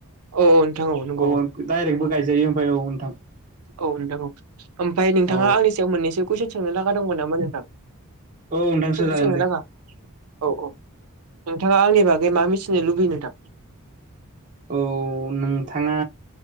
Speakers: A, on the right; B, on the right.
A: औ नोंथां औ नंगौ
B: अ दाइरेक्टबो गाय जायो ओमफ्राय औ नोंथां
A: औ नोंथां औ ओमफ्राय नोंथाङा
B: औ
A: आंनि सायाव मोननैसो कुइसन सोंनो लागा दंमोन नामा नोंथां
B: औ नोंथां
A: सोंथि
B: सोंजागोन
A: सोंनो
B: दे
A: लागा औ औ नोंथाङा आंनि बागै मा मिथिनो लुबैयो नोंथां?
B: औ नोंथाङा